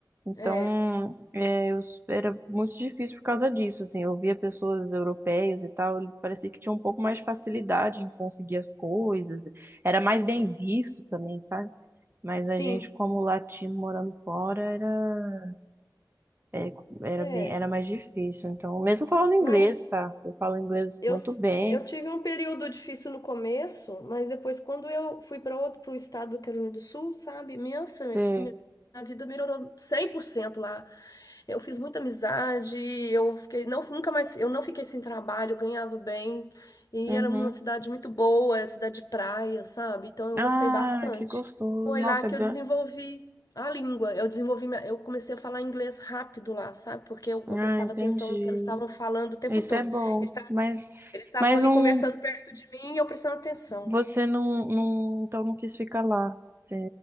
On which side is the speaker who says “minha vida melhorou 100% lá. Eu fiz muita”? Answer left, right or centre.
Left